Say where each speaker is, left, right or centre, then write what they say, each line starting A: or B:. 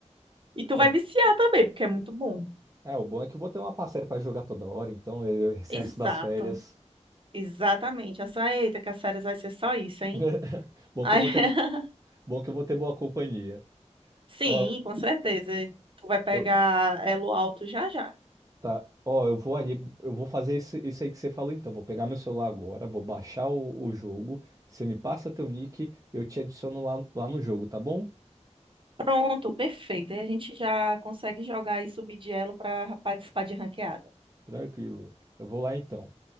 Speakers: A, on the right (about 45°); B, on the right (about 30°).
A: E tu
B: É,
A: vai viciar também, porque é muito bom.
B: é, o bom é que eu vou ter uma parceira pra jogar toda hora, então eu recesso
A: Exato.
B: das férias.
A: Exatamente. Essa, eita, que as séries vai ser só isso, hein?
B: <laughs> Bom
A: Aí,
B: que eu vou
A: <laughs>
B: ter, bom que eu vou ter boa companhia.
A: sim,
B: Ó,
A: com certeza. Tu vai pegar
B: eu
A: elo alto já já.
B: Tá. Ó, eu vou ali, eu vou fazer esse- isso aí que você falou, então. Vou pegar meu celular agora, vou baixar o, o jogo. Você me passa teu nick, eu te adiciono lá, lá no jogo, tá bom?
A: Pronto, perfeito. Aí a gente já consegue jogar e subir de elo para participar de ranqueada.
B: Tranquilo. Eu vou lá então.